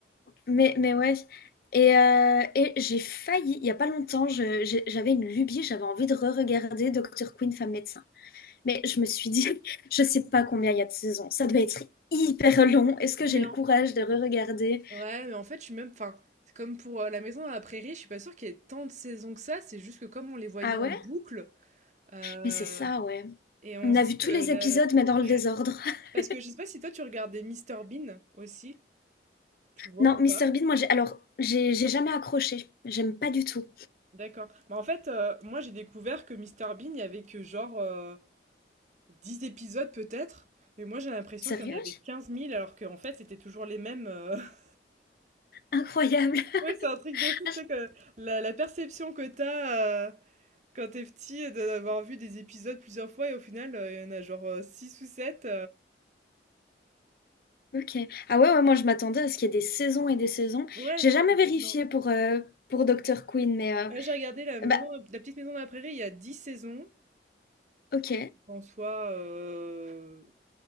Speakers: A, on the left; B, on the right.
A: mais mais ouais. Et, euh, et j'ai failli, il y a pas longtemps, je- j'ai- j'avais une lubie, j'avais envie de re-regarder Dr. Quinn, femme médecin. Mais je me suis dit, <laughs> je sais pas combien il y a de saisons, ça doit être hyper long. Est-ce que
B: Mais
A: j'ai le
B: en...
A: courage de re-regarder?
B: ouais, mais en fait, je suis même, enfin, c'est comme pour euh, La Maison dans la Prairie, je suis pas sûre qu'il y ait tant de saisons que ça. C'est juste que comme on les voyait
A: Ah
B: en
A: ouais?
B: boucle, euh,
A: Mais c'est ça, ouais.
B: et on
A: On
B: se
A: a
B: dit
A: vu tous
B: que
A: les
B: la-
A: épisodes,
B: ouais,
A: mais dans le désordre. <laughs>
B: parce que je sais pas si toi tu regardais Mister Bean aussi, tu vois
A: Non,
B: ou
A: Mister
B: pas?
A: Bean, moi, j'ai... Alors, j'ai j'ai jamais accroché. J'aime pas du tout.
B: D'accord. Bah, en fait, euh, moi j'ai découvert que Mister Bean, il y avait que genre euh, 10 épisodes peut-être. Et moi j'ai l'impression
A: Sérieux?
B: qu'il y en avait quinze mille, alors qu'en fait c'était toujours les mêmes. euh. <laughs>
A: Incroyable.
B: Ouais, c'est un truc de
A: <laughs>
B: fou, tu sais, que la, la perception que t'as euh, quand t'es petit euh, d'avoir vu des épisodes plusieurs fois et au final euh, il y en a genre euh, six ou 7.
A: Ok. Ah ouais, ouais, moi, je m'attendais à ce qu'il y ait des saisons et des saisons.
B: Ouais,
A: J'ai
B: non,
A: jamais
B: en
A: vérifié
B: fait, non.
A: pour, euh, pour Dr. Queen, mais... euh,
B: Là, j'ai regardé la maison,
A: bah,
B: la petite maison de la prairie, il y a 10 saisons.
A: ok.
B: En soi, euh,